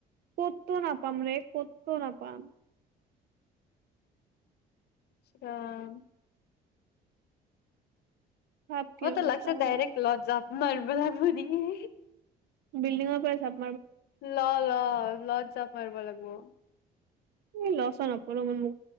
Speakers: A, on the right; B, on the left.
A: ক'তো নাপাম ৰে ক'তো নাপাম
B: আচান
A: ভাব কি
B: ম
A: অৱস্থা
B: ত লক্ষছে
A: হব
B: ডাইৰেক্ট ল যাব <unintelligible> মৰমত বনি <unintelligible>
A: বিল্ডিঙৰ পৰা চাম
B: ল ল ল চাব কৰিব লাগিব
A: এই লচ নপঢো বোলো